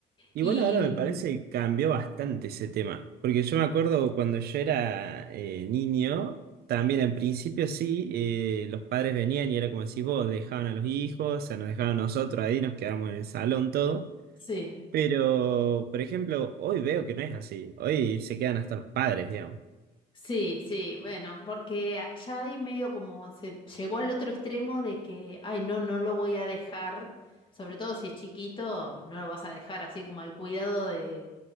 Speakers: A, on the right; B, on the left.
A: Igual
B: Y
A: ahora me
B: mm,
A: parece que cambió bastante ese tema. Porque yo me acuerdo cuando yo era eh, niño, también en principio sí, eh, los padres venían y era como decís vos, dejaban a los hijos, o sea, nos dejaban a nosotros ahí, nos quedamos en el salón todo.
B: sí.
A: Pero, por ejemplo, hoy veo que no es así. Hoy se quedan hasta los padres, digamos.
B: Sí, sí, bueno, porque a- ya ahí medio como se llegó al otro extremo de que, ay, no, no lo voy a dejar, sobre todo si es chiquito, no lo vas a dejar así como al cuidado de,